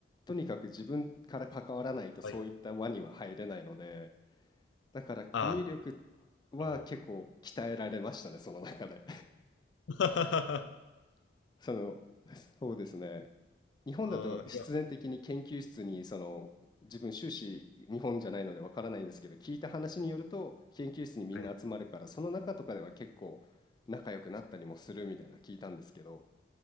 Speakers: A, on the left; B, on the left.
A: とにかく自分から関わらないとそういった輪には入れないので、
B: はい。
A: だからコミュ力
B: ああ、なる
A: は結構鍛えられましたね、
B: ほど。
A: その中で。
B: <laughs>
A: <laughs> その、そうですね。日本だと必然的に研究室にその自分修士日本じゃないのでわからないんですけど聞いた話によると研究室にみんな集まるからその中とかでは結構仲良くなったりもするみたいな聞いたんですけど
B: ああ、いや、はい。